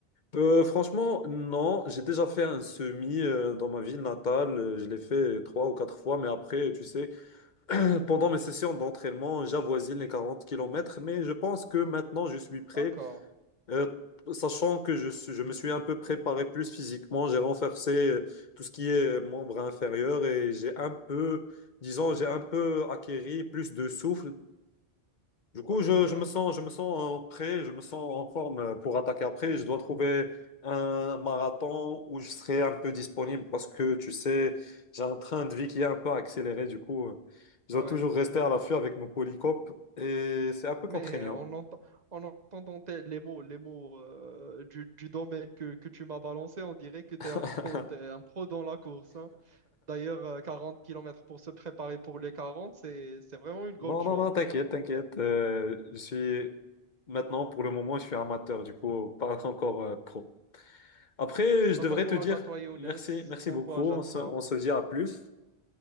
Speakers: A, on the left (about 50°); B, on the right (about 45°).
A: Euh, franchement, non. J'ai déjà fait un semi euh, dans ma ville natale. Euh, Je l'ai fait trois ou quatre fois, mais après, tu sais, <clears throat> pendant mes sessions d'entraînement, j'avoisine les quarante kilomètres, Mais je pense que maintenant, je suis prêt.
B: D'accord.
A: Euh, sachant que je suis- je me suis un peu préparé plus physiquement, j'ai renforcé euh, tout ce qui est membre inférieur et j'ai un peu, disons, j'ai un peu acquéri plus de souffle. Du coup,
B: Ah, c'est
A: je,
B: bien.
A: je me sens, je me sens euh, prêt, je me sens en forme euh, pour attaquer après. Je dois trouver un marathon où je serai un peu disponible parce que, tu sais, j'ai un train de vie qui est un peu accéléré. Du coup, euh, je
B: Ouais,
A: dois toujours rester
B: ouais.
A: à l'affût avec mon polycope et c'est un peu
B: Mais
A: contraignant.
B: euh, en entend, en entendant tes- les mots, les mots euh, du, du domaine que, que tu m'as balancé, on dirait que tu
A: <laughs>
B: es un pro, t'es un pro dans la course. hein. D'ailleurs, euh, 40 km pour se préparer pour les 40, c'est, c'est vraiment une grande
A: Non,
B: chose.
A: non, non, t'inquiète, t'inquiète. Euh, je suis maintenant, pour le moment, je suis amateur, du coup, pas encore euh, pro. Après, je
B: Bah,
A: devrais
B: bon courage
A: te dire
B: à toi, Younes.
A: merci, merci
B: Bon
A: beaucoup.
B: courage
A: On
B: à toi.
A: se, on se dit à plus.